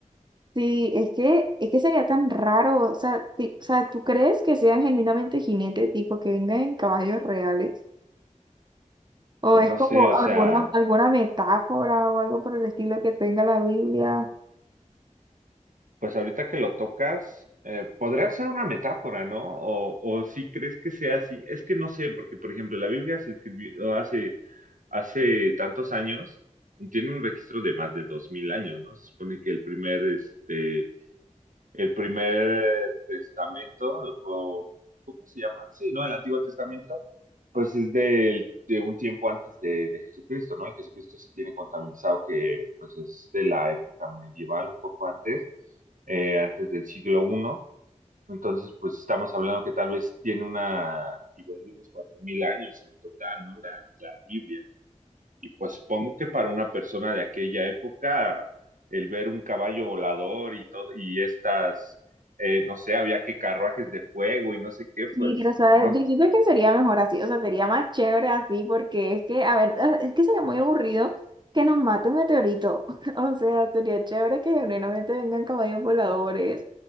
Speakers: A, on the right (about 35°); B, on the right (about 85°).
A: Sí, es que, es que sería tan raro, o sea, ti- o sea, ¿tú crees que sean genuinamente jinetes, tipo que vengan en caballos reales? O
B: Pues
A: es
B: no
A: como
B: sé, o
A: alguna,
B: sea,
A: alguna metáfora o algo por el estilo que tenga la Biblia.
B: pues ahorita que lo tocas, eh, podría ser una metáfora, ¿no? O, o si crees que sea así. Es que no sé, porque por ejemplo, la Biblia se escribió hace, hace tantos años, tiene un registro de más de dos mil años, ¿no? Se supone que el primer, este, el primer testamento, o ¿cómo se llama? Sí, ¿no? El Antiguo Testamento pues es del- de un tiempo antes de, de Jesucristo, ¿no? Y Jesucristo se tiene contabilizado que pues es de la época medieval, un poco antes, eh, antes del siglo I. Entonces, pues estamos hablando que tal vez tiene una antigüedad de unos 4.000 años en total, ¿no? La, la Biblia. Y pues supongo que para una persona de aquella época, el ver un caballo volador y todo, y estas, eh, no sé, había que carruajes de fuego y no sé qué,
A: Sí,
B: pues,
A: pero sabes,
B: ¿no?
A: yo siento que sería mejor así, o sea, sería más chévere así, porque es que, a ver, ah, es que sería muy aburrido que nos mate un meteorito. <laughs> O sea, sería chévere que genuinamente vengan caballos voladores